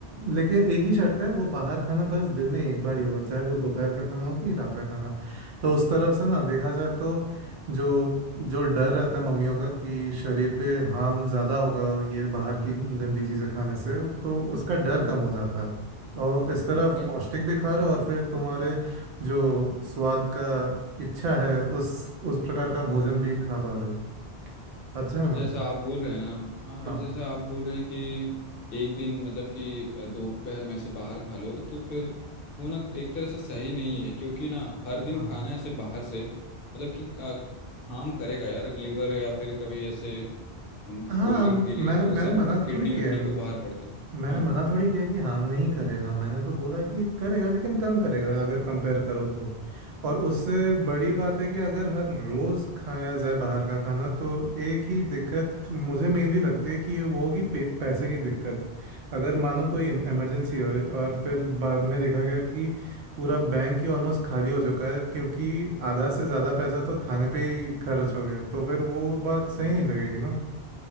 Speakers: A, on the right (about 80°); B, on the left (about 65°).
A: लेकिन एक ही शर्त है वो बाहर खाना बस दिन में एक बार ही होगा चाहे वो दोपहर का खाना हो कि रात का खाना तो उस तरफ से ना देखा जाए तो जो जो डर रहता है मम्मियों का कि शरीर पे हार्म ज़्यादा होगा ये बाहर की गंदी चीज़ें खाने से तो उसका डर
B: हम्म
A: कम हो जाता है तो इस तरफ
B: बट
A: पौष्टिक भी खा रहे हो और फिर तुम्हारे जो स्वाद का इच्छा है उस उस प्रकार का भोजन भी खा पा रहे हो अच्छा है
B: बट
A: ना
B: जैसा आप बोल रहे हैं ना हाँ
A: हाँ
B: बट जैसा आप बोल रहे हैं कि एक दिन मतलब कि अ, दोपहर में ऐसे बाहर खा लो तो फिर वो ना एक तरह से सही नहीं है क्योंकि ना हर दिन
A: हाँ।
B: खाना ऐसे बाहर से मतलब कि हार्म करेगा यार लीवर या फिर कभी ऐसे कोल्ड
A: हाँ
B: ड्रिंक
A: हम
B: पी लिए
A: मैंने
B: तो
A: मैंने
B: वो सब
A: मना
B: किडनी
A: थोड़ी किया
B: विडनी
A: है
B: को बाहर पड़ते हैं
A: मैंने
B: हाँ
A: मना
B: हाँ।
A: थोड़ी किया कि हम नहीं करेगा मैंने तो बोला कि करेगा लेकिन कम करेगा अगर कंपेयर करो तो और उससे बड़ी बात है कि अगर हर रोज़ खाया जाए बाहर का खाना तो एक ही दिक्कत मुझे मेनली लगती है कि ये वो होगी पे, पैसे की दिक्कत अगर मानो कोई इमरजेंसी हो और फिर बाद में देखा गया कि पूरा बैंक ही ऑलमोस्ट खाली हो चुका है क्योंकि आधा से ज़्यादा पैसा तो खाने पे ही खर्च हो गया तो फिर वो बात सही
B: हम्म,
A: नहीं लगेगी ना